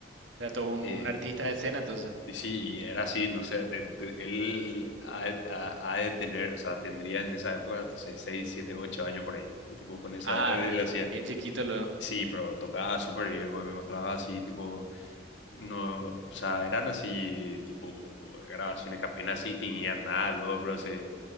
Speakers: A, on the right (about 80°); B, on the left (about 80°).
A: Era todo un,
B: Y,
A: un artista de escena, entonces.
B: y sí, y era así, no sé, te- te- él ha, de ha- ha de tener, o sea, tendría en esa época, entonces, 6 7 8 años por ahí, y tipo con esa,
A: Ah,
B: edad
A: a ver,
B: él hacía,
A: bien chiquito lo.
B: sí, pero tocaba súper bien, porque me mostraba así, tipo No, o sea, eran así, tipo, grabaciones que apenas sí tenían nada, luego, pero se,